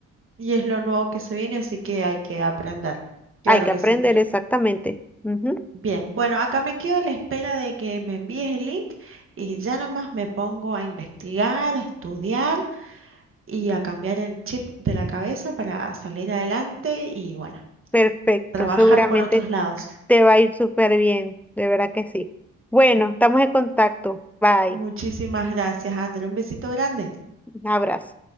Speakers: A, on the right; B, in the centre.
A: Y es lo nuevo que se viene, así que hay que aprender. Claro
B: Hay que
A: que
B: aprender
A: sí.
B: exactamente. Ujú.
A: Bien, bueno, acá me quedo a la espera de que me envíes el link y ya nomás me pongo a investigar, a estudiar y a cambiar el chip de la cabeza para salir adelante y bueno,
B: Perfecto,
A: trabajar
B: seguramente
A: por otros lados.
B: te va a ir súper bien, de verdad que sí. Bueno, estamos en contacto. Bye,
A: Muchísimas gracias, André. Un besito grande.
B: un abrazo.